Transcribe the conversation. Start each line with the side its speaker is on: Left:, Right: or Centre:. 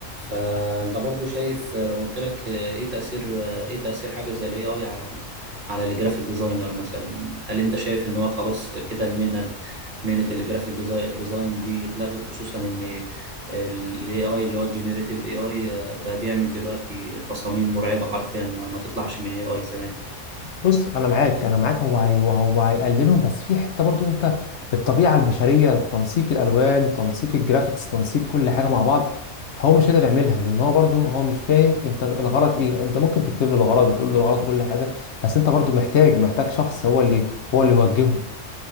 Right: فأنت برضو شايف آه، لو قلت لك آه، إيه تأثير آه، إيه تأثير حاجة زي ال AI على ال على الجرافيك ديزاينر مثلا هل أنت شايف إن هو خلاص كده المهنة مهنة الجرافيك ديزاين دي اتلغت خصوصا إن ال AI اللي هو الجينيريتيف AI بقى بيعمل دلوقتي تصاميم مرعبة حرفيا ما, ما تطلعش من اي اي زمان
Left: بص انا معاك انا معاك هو هي هو هيقللهم بس في حته برضو انت الطبيعه البشريه تنسيق الالوان تنسيق الجرافيكس تنسيق كل حاجه مع بعض هو مش قادر يعملها لان هو برضو هو مش فاهم انت الغرض ايه انت ممكن تكتب له الغرض وتقول له الغرض وكل حاجه بس انت برضو محتاج محتاج شخص هو اللي هو اللي يوجهه